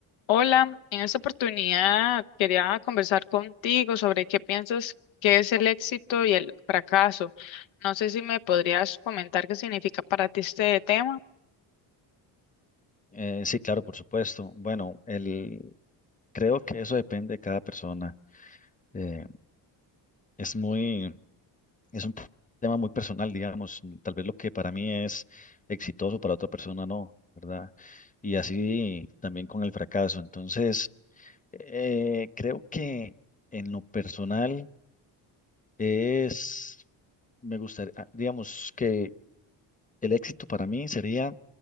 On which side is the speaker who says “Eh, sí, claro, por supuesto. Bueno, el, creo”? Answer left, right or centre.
Left